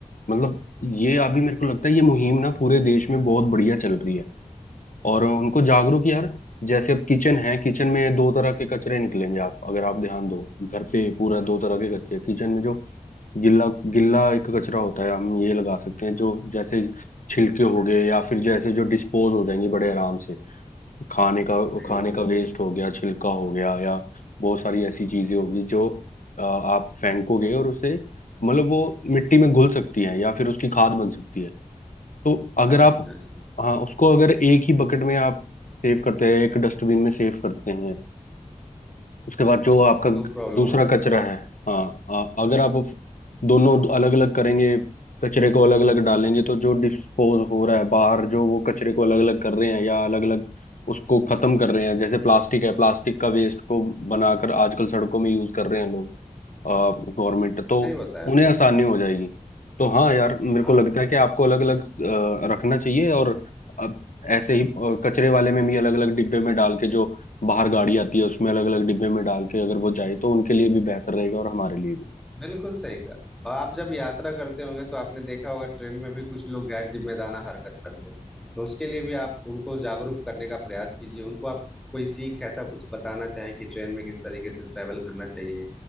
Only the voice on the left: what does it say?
मतलब ये अभी मेरे को लगता है ये मुहिम ना पूरे देश में बहुत बढ़िया चल रही है और उनको जागरूक यार जैसे अब किचन है किचन में दो तरह के कचरे निकलेंगे आप अगर आप ध्यान दो घर पे पूरा दो तरह के कचरे किचन में जो गिल्ला गिल्ला एक कचरा होता है हम ये लगा सकते हैं जो जैसे छिलके हो गए या फिर जैसे जो डिस्पोज हो जाएंगे बड़े आराम से खाने का
खाने
का
वेस्ट
हो गया छिलका हो गया या बहुत सारी ऐसी चीजें होगी जो अ, आप फेंकोगे और उसे मतलब वो मिट्टी में घुल सकती है या फिर उसकी खाद बन सकती है तो अगर
आप
हाँ उसको अगर एक ही बकेट में आप सेव करते हैं एक डस्टबिन में सेव करते हैं उसके बाद जो आपका ग-
दूसरा
कचरा
है हाँ अ- अगर आप उफ- दोनों अलग अलग करेंगे कचरे को अलग अलग डालेंगे तो जो डिस्पोज हो रहा है बाहर जो वो कचरे को अलग अलग कर रहे हैं या अलग अलग उसको खत्म कर रहे हैं जैसे प्लास्टिक है प्लास्टिक का वेस्ट को बनाकर आजकल सड़कों में यूज कर रहे हैं लोग गवर्नमेंट तो
उन्हें आसानी हो जाएगी तो हाँ यार मेरे
को लगता है कि आपको अलग अलग रखना चाहिए और अब ऐसे ही अ, कचरे वाले में भी अलग अलग डिब्बे में डाल के जो बाहर गाड़ी आती है उसमें अलग अलग डिब्बे में डाल के अगर वो जाए तो उनके लिए भी बेहतर रहेगा और हमारे लिए भी